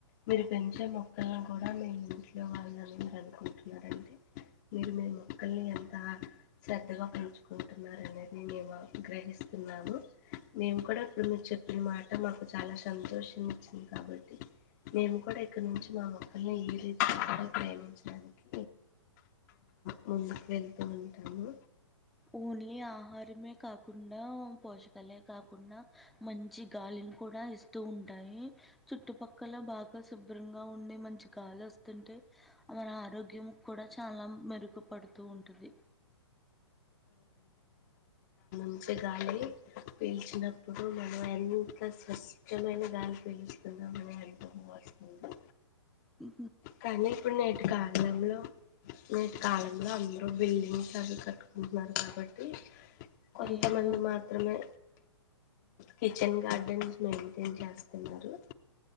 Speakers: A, on the left; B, in the centre.
A: మీరు పెంచే మొక్కల్ని కూడా మీ ఇంట్లో వాళ్ళని మీరు అనుకుంటున్నారండి. మీరు మొక్కల్ని అంత శ్రద్ధగా పెంచుకుంటున్నారు అనేది మేము గ్రహిస్తున్నాము మేము కూడా ఇప్పుడు మీరు చెప్పిన మాట మాకు చాలా సంతోషం ఇచ్చింది కాబట్టి మేము కూడా ఇక్కడ నుంచి మా మొక్కల్ని ఈ రీతిలో కూడా ప్రేమించడానికి అవును వెళ్తూ ఉంటాము
B: ఓన్లీ ఆహారమే కాకుండా పోషకాలే కాకుండా మంచి గాలిని కూడా ఇస్తూ ఉంటాయి. చుట్టుపక్కల బాగా శుభ్రంగా ఉండి మంచి గాలి వస్తుంటే మన ఆరోగ్యం కూడా చాలా మెరుగుపడుతూ ఉంటా ఉంటుంది
A: మంచి గాలి పీల్చినప్పుడు మనం ఎంత స్వచ్ఛమైన గాలి పీలుచుకున్నాం అని అనుభూతి వస్తుంది.
B: ఉ
A: కానీ ఇప్పుడు నేటి కాలంలో ఈ కాలంలో అందరు బిల్డింగ్స్ అవి కట్టుకుంటున్నారు కాబట్టి కొంతమంది
B: ఎయిర్
A: మాత్రమే కిచెన్ గార్డెన్స్ ను ఏం చేస్తున్నారు